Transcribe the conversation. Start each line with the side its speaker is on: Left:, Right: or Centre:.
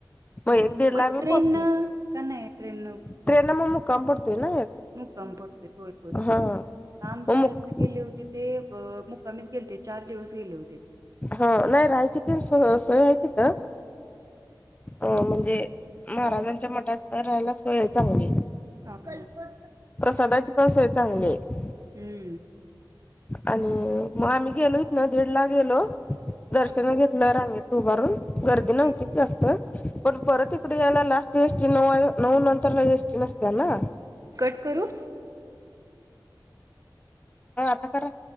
Left: म
Right: हां
Left: एक दीड
Right: मग
Left: ला आम्ही पोहोचलो
Right: ट्रेन काय ट्रेन
Left: ट्रेन न मग मुक्काम पडतोय ना
Right: मुक्काम पडतोय होय होय
Left: हा
Right: आमच्या
Left: मग मुक
Right: इथे गेले होते ते अह मुक्कामीच गेलते चार दिवस गेले होते
Left: हा नाही राहायची ती स सोय आहे
Right: हां
Left: तिथं अह म्हणजे महाराजांच्या
Right: हां
Left: मठात राहायला सोेय आहे चांगली
Right: हां
Left: प्रसादाची पण सोय चांगली आहे
Right: हम्म.
Left: आणि मग आम्ही गेलो इथनं दीड ला गेलो दर्शन
Right: हां
Left: घेतलं रांगेत उभारून गर्दी नव्हतीच
Right: हम्म
Left: जास्त पण परत इकडे यायला लास्ट एसटी नऊ नऊ नंतरला एसटी नसत्या ना
Right: कट करू.
Left: हो आता करा.